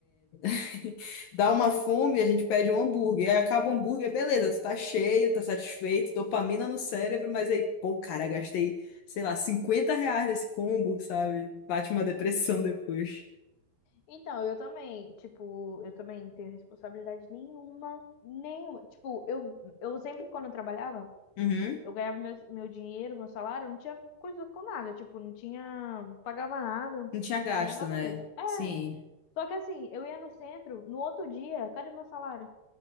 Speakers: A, on the left (about 70°); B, on the left (about 50°).
A: <laughs> dá uma fome, a gente pede um hambúrguer. Aí acaba o hambúrguer, beleza, tu tá cheio, tá satisfeito, dopamina no cérebro, mas aí, pô, cara, gastei, sei lá, 50 reais nesse combo, sabe? Bate uma depressão depois.
B: Então, eu também, tipo, eu também não tenho responsabilidade nenhuma, nenhuma. Tipo, eu, eu sempre, quando eu trabalhava,
A: Uhum.
B: eu ganhava meu, meu dinheiro, meu salário, não tinha coisa com nada, tipo, não tinha, pagava nada,
A: Não tinha gasto,
B: né, nada
A: né?
B: mesmo. É,
A: Sim.
B: só que assim, eu ia no centro, no outro dia, cadê meu salário?